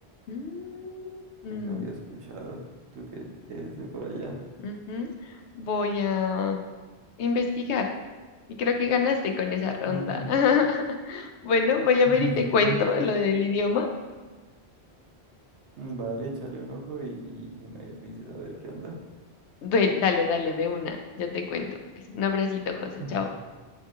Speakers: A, on the left (about 85°); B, on the right (about 90°).
A: Mm, mm,
B: Eso había escuchado. Tú que es de por allá.
A: ujú. Voy a... investigar. Y creo que ganaste con esa ronda.
B: Ujú.
A: <laughs> Bueno, voy a
B: <laughs>
A: ver y te cuento lo del idioma.
B: Vale, échale un ojo y, y, y me dices a ver qué onda.
A: Duel- Dale, dale, de una. Ya te cuento. Pues un abracito, José.
B: Ujú.
A: Chao.